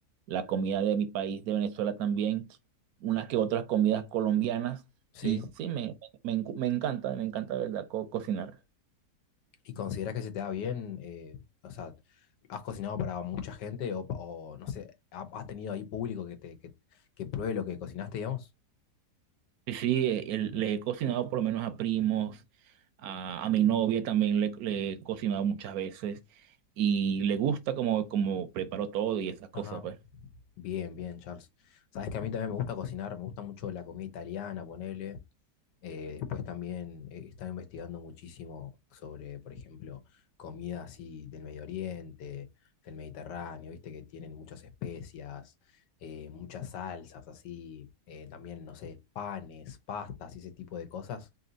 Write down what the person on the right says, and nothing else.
la comida de mi país, de Venezuela también, unas que otras comidas colombianas.
Y sí, me, me, me encanta, me encanta, de ¿verdad? co- cocinar.
Sí, sí, eh, el- le he cocinado por lo menos a primos, a, a mi novia también le, le he cocinado muchas veces y le gusta como, como preparo todo y esas cosas,
pues.